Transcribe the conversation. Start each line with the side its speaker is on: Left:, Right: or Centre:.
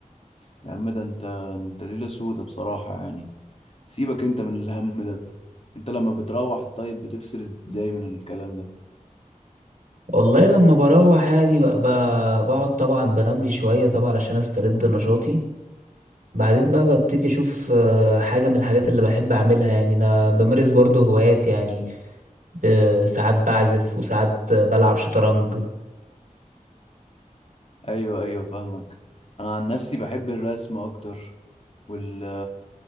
Left: يا عم ده انت انت ليلة سودة بصراحة يعني سيبك انت من الهم ده انت لما بتروح طيب بتفصل ازاي من الكلام ده
Right: والله لما بروح يعني بقى بقى- بقعد طبعا بنام لي شوية طبعا عشان استرد نشاطي بعدين بقى ببتدي اشوف آه، حاجة من الحاجات اللي بحب اعملها يعني انا بمارس برضه هوايات يعني آه، ساعات بعزف وساعات آه، بلعب شطرنج
Left: ايوه ايوه فاهمك انا عن نفسي بحب الرسم اكتر وال